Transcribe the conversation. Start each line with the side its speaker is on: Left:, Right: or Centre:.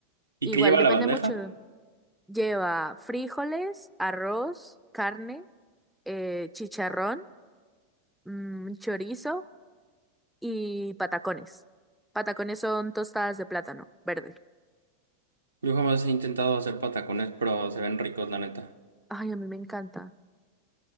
Right: ¿Y
Centre: Igual
Right: qué lleva
Centre: depende
Right: la bandeja?
Centre: mucho. de- Lleva frijoles, arroz, carne, eh, chicharrón, mm, chorizo y patacones. Patacones son tostadas de plátano verde.
Right: Yo jamás he intentado hacer patacones, pero se ven ricos, la neta.
Centre: Ay, a mí me encanta.